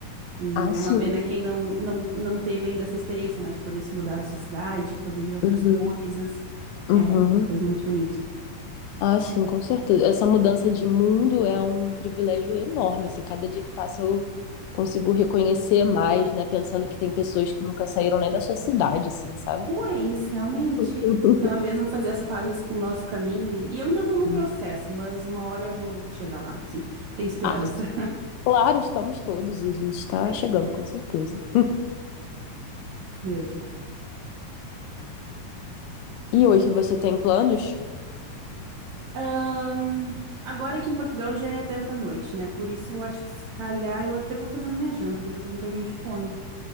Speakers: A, on the right; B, on the left.
A: E
B: Ah,
A: é
B: sim.
A: uma pena quem não, não, não teve ainda essa experiência, né? De poder se mudar da sua cidade, poder ver outras
B: Uhum.
A: coisas.
B: Uhum.
A: É, é muito bonito.
B: Ah, sim, com certeza. Essa mudança de mundo é um privilégio enorme, assim, cada dia que passa eu consigo reconhecer mais, né, pensando que tem pessoas que nunca saíram nem da sua cidade, assim, sabe?
A: Pois, realmente.
B: <laughs>
A: Então é mesmo fazer as pazes com o nosso caminho. E, e eu ainda tô no
B: Uhum.
A: processo, mas uma hora eu vou, vou chegar lá, assim. Tem esperança.
B: Ah,
A: <laughs>
B: claro, estamos todos e a gente está
A: Mas,
B: chegando, com certeza.
A: mesmo.
B: E hoje você tem planos?
A: Ahn, agora aqui em Portugal já é 10 da noite, né? Por isso eu acho que se calhar eu até vou fazendo minha janta, que eu já tô com um bocadinho de fome.